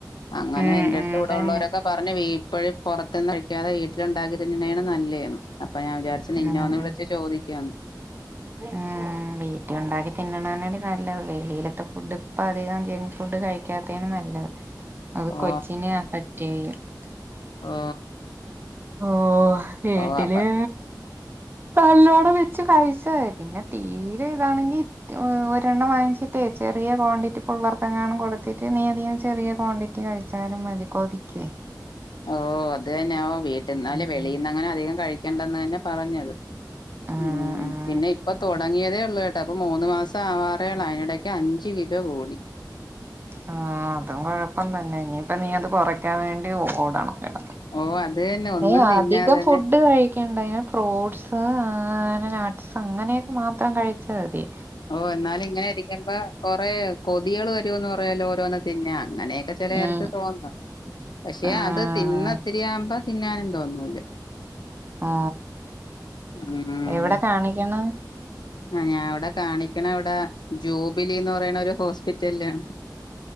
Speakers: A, on the left (about 80°); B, on the right (about 30°).
A: അങ്ങനെ
B: ഉം
A: എ
B: ഉം
A: ഇവിടൊളേളാരൊക്കെ
B: തന്നെ
A: പറഞ്ഞ് വീ ഇപ്പഴ് പൊറത്ത്ന്ന് കഴിക്കാതെ വീട്ടിലുണ്ടാക്കി തിന്നണയാണ് നല്ലേന്ന്. ഞാൻ വിചാരിച്ചു നിന്നെ
B: ആഹ്ആ
A: ഒന്ന് വിളിച്ച് ചോദിക്കാന്ന്
B: ആഹ് വീട്ടി ഒണ്ടാക്കി തിന്നണന്നാണ് നല്ലത്. വെളിയിലത്തെ ഫുഡ് ഇപ്പ അധികവും ജങ്ക് ഫുഡ് കഴിക്കാത്തയാണ് നല്ലത്. അത്
A: ഓ
B: കൊച്ചിനെ അഫക്ട് <unintelligible>
A: ഓ
B: ഓ വീട്ടില്
A: ഓ അപ്പ
B: ഏ നല്ലോണം വെച്ച് കഴിച്ചാതി. പിന്നെ തീരെ ഇതാണെങ്കി ഒരെണ്ണം വാങ്ങിച്ചിട്ടേ ചെറിയ ക്വാണ്ടിറ്റി പിള്ളേർക്കെങ്ങാനും കൊടുത്തിട്ട് നീ അധികം ചെറിയ ക്വാണ്ടിറ്റി കഴിച്ചാലും മതി കൊതിക്കേ.
A: ഓ അത് അതെന്നാവും വീട്ടീന്നാല്
B: ഉം
A: വെളീന്ന്
B: ഉം
A: അങ്ങനെ അധികം കഴി ക്കണ്ടെന്ന് തന്നെ പറഞ്ഞത്.
B: ആഹ്
A: ഉം പിന്നെ ഇപ്പൊ തൊടങ്ങിയതേ ഒ ള്ളൂവേട്ടോ. അപ്പൊ മൂന്ന് മാസം ആവാറേള്ളൂ. അതിനിടയ്ക്ക് അഞ്ചു കിലോ കൂടി.
B: ആ അതും കൊഴപ്പം തന്നെ. ഇനിപ്പ നീ അത് കുറയ്ക്കാൻ വേണ്ടി ഓടണം. കേട്ടോ
A: ഓ അത് തന്നെ. ഒന്നും
B: ഏ
A: തിന്നാതെ
B: അധികം
A: തന്നെ
B: ഫുഡ് കഴിക്കണ്ട ഇങ്ങനെ ഫ്രൂട്ട്സ് ആ അങ്ങനെ നട്ട്സ് അങ്ങനെയൊക്കെ മാത്രം കഴിച്ചാതി.
A: ഓ എന്നാല് ഇങ്ങനെ ഇരിക്കുമ്പോ കൊറേ കൊതികള് വ രൂന്നു പറയല്ലോ ഓരോന്ന് തിന്നാൻ. അങ്ങനെയൊക്കെ ചെല നേരത്ത്
B: ഉം
A: തോന്നുന്ന്. പക്ഷെ
B: ഉം
A: അത് തിന്ന് ഇത്തിരിയാവുമ്പോ തിന്നാനും തോന്നൂല
B: ആ
A: ഉം
B: എവിടെ കാണിക്കണം
A: ആ ഞാൻ അവിടെ കാണിക്കണവിടെ ജൂബിലിന്ന് പറയണൊരു ഹോസ്പിറ്റലിലാണ്